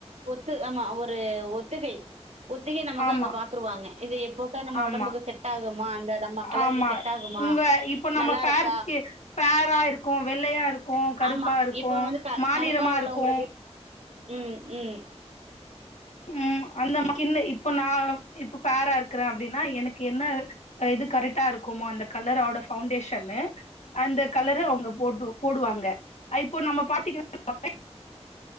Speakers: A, on the right (about 70°); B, on the left (about 80°).
A: து அ <inaudible> ஆமா ஒரு ஒரு ஒத்திகை ஒத்திகை நமக்கு
B: ஆமா
A: அங்க பாத்துருவாங்க இது எப்போ நம்ம
B: ஆமா
A: உடம்புக்கு செட் ஆகுமா? அந்த நம்ம கலருக்கு
B: ஆமா
A: செட் ஆகுமா?
B: உங்க இப்ப நம்ம
A: நல்லா
B: ஃபேர்கு
A: இருக்கா?
B: ஃபேரா இருக்கும் வெள்ளையா இருக்கும் கருப்பா
A: ஆமா
B: இருக்கும்
A: இப்போ வந்து க
B: மநிறமா
A: கருப்பா உள்ளவங்களுக்கு
B: இருக்கும்
A: ம் ம்
B: ம் அந்த மாரி இப்போ நான் இப்போ பேரா இருக்கிறேன் அப்படின்னா எனக்கு என்ன இது கரெக்டா இருக்குமோ அந்த கலரோட பஃவுண்டேஷனு அந்த கலரு அவங்க போட்டு போடுவாங்க இப்போ நம்ம பாத்தீங்கன்னா